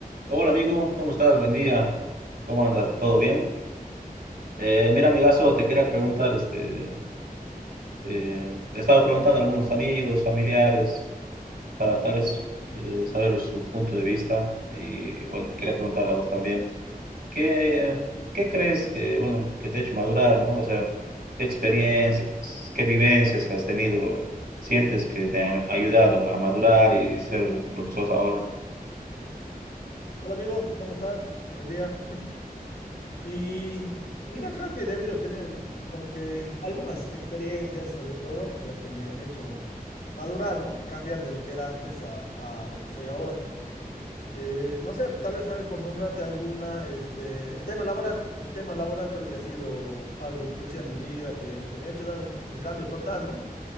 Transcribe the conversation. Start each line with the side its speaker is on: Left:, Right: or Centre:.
Right: Hola amigo, ¿cómo estás? Buen día. ¿Cómo andas? ¿Todo bien? Eh, mira, amigazo, te quería preguntar, este, eh, le estaba preguntando a algunos amigos, familiares, para tal vez eh, saber su punto de vista y bueno, te quería preguntar a vos también, ¿qué, qué crees que, bueno, que te ha hecho madurar, ¿no? O sea, ¿qué experiencias, qué vivencias que has tenido sientes que te han ayudado a madurar y ser lo que sos ahora?
Left: Hola amigo, ¿cómo estás? Buen día. Y mira, creo que he debido tener como que algunas experiencias, sobre todo las que me han hecho madurar, ¿no? Cambiar de lo que era antes a, a lo que estoy ahora. Eh, no sé, tal vez, a ver, por nombrarte alguna, este, el tema laboral. El tema laboral creo que ha sido algo crucial en mi vida, que, que me ha hecho dar un, un cambio total, ¿no?